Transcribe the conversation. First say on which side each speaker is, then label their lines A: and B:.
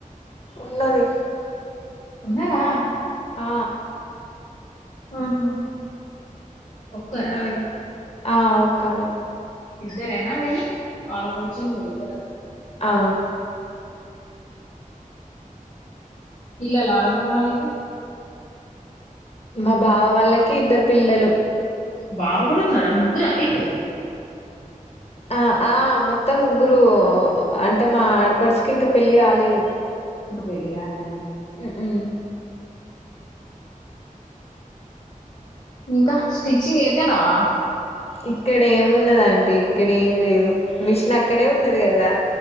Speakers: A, on the left; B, on the left.
A: ఉన్నది
B: ఉన్నారా
A: ఆ
B: ఆహా ఒక్కరా
A: ఉన్నది ఆ ఒకా అ మన
B: ఇద్దరేనా వెళ్ళి ఆడపడుచును మీరిద్దర
A: ఆ
B: ఇల్లలారమర వాాలకి
A: మా బావ వాళ్ళకి ఇద్దరు పిల్లలు
B: బాగా కూడా ఉన్నారా ముగ్గురు అవి ను్
A: ఆ ఆ మొత్తం ముగ్గురు అంటే మా ఆడపడుచుకి ఇంకా పెళ్ళి కాలేదు
B: ఇకా పెలి కాల
A: ఉ ఉమ్
B: ఇంకా స్టిచ్చింగ్ అయితేనావా
A: ఇక్కడ ఏమిన్నదంటీ ఇక్కడ ఏం లేదు మిషన్ అక్కడే ఉన్నది కదా